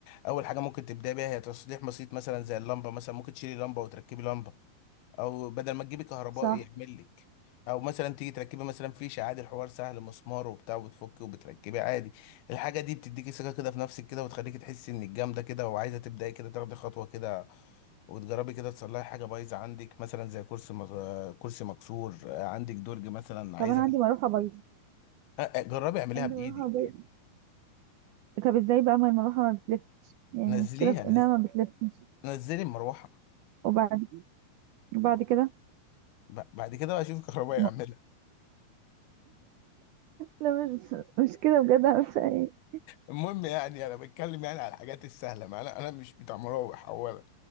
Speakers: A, on the left (about 75°); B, on the right (about 80°).
A: اول حاجه ممكن تبداي بيها هي تصليح بسيط مثلا زي اللمبه مثلا ممكن تشيلي لمبه وتركبي لمبه او بدل ما تجيبي كهربائي
B: صح
A: يعمل لك او مثلا تيجي تركبي مثلا فيشه عادي الحوار سهل مسمار وبتاع وبتفكي وبتركبي عادي الحاجه دي بتديكي ثقه كده في نفسك كده وتخليكي تحسي انك جامده كده وعايزه تبداي كده تاخدي خطوه كده وتجربي كده تصلحي حاجه بايظه عندك مثلا زي كرسي مك- كرسي مكسور آه، عندك درج مثلا
B: طب
A: عايزه
B: انا عندي مروحة بايظة
A: أ- أ- جربي اعمليها
B: عندي
A: بايدك
B: مروحة بايظة طب ازاي بقى ما المروحة ما بتلفش يعني
A: نزليها
B: المشكلة في
A: نز...
B: انها ما بتلفش
A: نزلي المروحه
B: وبعد وبعد كده
A: ب- بعد كده بقى شوفي الكهربائي
B: ما-
A: يعملها
B: لا مش مش كده بجد أعمل فيها ايه
A: المهم يعني انا بتكلم يعني على الحاجات السهله ما انا انا مش بتاع مراوح اولا